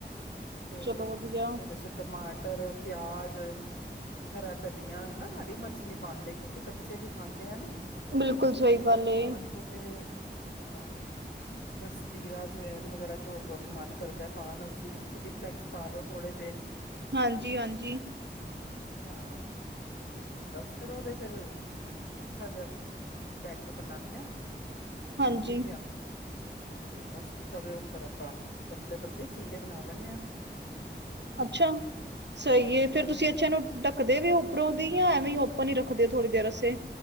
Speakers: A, on the left (about 80°); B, on the right (about 70°).
A: ਫੇਰ
B: ਚਲੋ ਵਧੀਆ।
A: ਟਮਾਟਰ, ਪਿਆਜ, ਹਰਾ ਧਨੀਆ ਹਨਾ ਹਰੀ ਮਰਚ ਨੀ ਪਾਂਦੇ ਕਿਉਂਕਿ ਬੱਚੇ ਵੀ ਖਾਂਦੇ ਆ ਨਾ
B: ਬਿਲਕੁਲ
A: ਫੇਰ
B: ਸਹੀ
A: ਹਰੀ ਮਰਚ
B: ਗੱਲ ਏ
A: ਖਾਣਗੇ ਤੇ ਹਾਂ ਬਸ ਜ਼ੀਰਾ ਜਵੈਨ ਵਗੈਰਾ ਜੋ ਤੁਆਨੂੰ ਮਨ ਕਰਦੈ ਪਾਣ ਆਸਤੇ ਚਿੱਲੀ ਫਲੇਕਸ ਪਾਲੋ ਥੋੜੇ ਜੇ
B: ਹਾਂਜੀ, ਹਾਂਜੀ
A: ਹਾਂ, ਤੇ ਬਸ ਫੇਰ ਓਦੇ ਫੇਰ ਅੱਛਾ ਜੇਆ ਬੈਟਰ ਬਨਾਨੇ ਆਂ। ਸਮੂਦੀ
B: ਹਾਂਜੀ
A: ਸੀ ਅਪ ਤੇ ਬਸ ਹੁਣ ਤਵੇ ਉੱਪਰ ਆਪਾਂ ਪਤਲੇ, ਪਤਲੇ ਚੀਲੇ ਬਣਾ ਲੈਨੇ ਆਂ।
B: ਅੱਛਾ ਸਈ ਏ ਫੇਰ
A: ਹੂੰ,
B: ਤੁਸੀ ਅੱਛੇ ਨੂੰ ਡੱਕਦੇ ਵੀ ਓ ਉੱਪਰੋਂ ਦੀ ਜਾਂ ਐਵੇਂ ਆਪਾਂ ਨੀ ਰੱਖਦੇ ਥੋੜ੍ਹੀ ਦੇਰ ਆਸੇ